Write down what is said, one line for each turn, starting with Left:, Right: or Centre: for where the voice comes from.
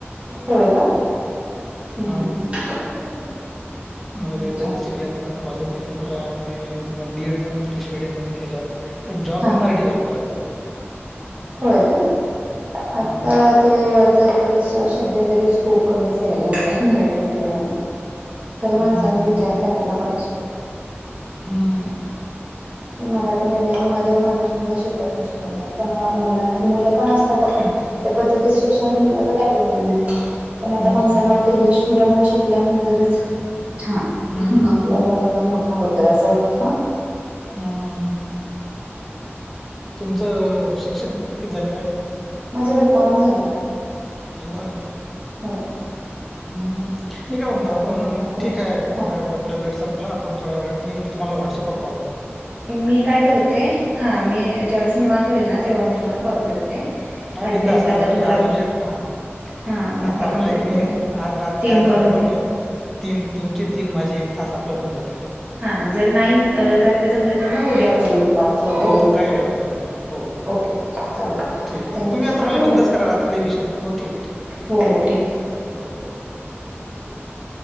Right: होय का हम्म
Centre: हा
Right: हम्म हम्म.
Centre: नवोदय
Right: त्याच्यामुळे
Centre: विद्यालयात शिकले असल्यामुळे माझं मला ते पण बीएड पण इंग्लिश मिडियम मध्ये केलं पण जॉब
Right: हा
Centre: मी मराठी करत. आहे.
Right: होय का आता
Centre: हम्म
Right: ते आता तरी शब्द शब्द तरी स्कोप कमीच यायला लागलाय मराठी मिडीयम ना खरे माणसांनी
Centre: हम्म
Right: विचार करायला पाहिजे.
Centre: हम्म.
Right: आता ते मराठी मीडियम मध्ये माणूस म्हण शिकत नाही शिकत नाही पण मुला मुल पण असतातच ना त्या पद्धतीच शिक्षण भेटलं तर काय प्रॉब्लेम आहे पण आता
Centre: हम्म
Right: माणसांना वाटतं इंग्लिश मिडीयम ला शिकल्यानंतरच छान आपल्या
Centre: हम्म
Right: मुलांना मुलगा मोठा होतोय असं वाटत.
Centre: हम. तुमचं शिक्षण कित किती झालेलं आहे?
Right: माझा बी कॉम झाला.
Centre: अरे वा!
Right: हो.
Centre: हम्म मी काय म्हणतो आपण
Right: होता फ्रेश
Centre: ठीक आहे
Right: हा
Centre: आता आपल्या. वेळ संपलाण थोड वळा मी तुम्हाला व्हॉट्सॲप वर
Right: मी काय करते हा मी ज्यावेळेस निवांत होईल ना तेव्हा मी तुम्हाला कॉल करते.
Centre: हा
Right: का
Centre: बिंदास आज
Right: आता
Centre: <unintelligible>
Right: तुम्हाला हा मग
Centre: आता
Right: ते
Centre: आपला
Right: कम्प्लीट
Centre: कि नाही
Right: करू
Centre: आज रात्री
Right: तीन
Centre: आज
Right: कॉल
Centre: आपण
Right: होतील
Centre: आपले.. तीन तुमचे तीन माझे एक तास आपला होऊन जातील.
Right: हा जर नाही रात्री जमल तर म उद्या करू फार वगैरे
Centre: हो
Right: एक
Centre: हो
Right: नंतर
Centre: काही हरकत नाही हो हो.
Right: ओके ओके चालेल.
Centre: ठीक आहे
Right: थँक्यू
Centre: तुम्ही आता
Right: सर
Centre: मला
Right: ठेवू
Centre: बिंधास्त
Right: का सर
Centre: करा रात्री का विषय नाही हो ठीक आहे ठीक आहे.
Right: हो हो ठीक आहे.
Centre: <unintelligible>
Right: <unintelligible>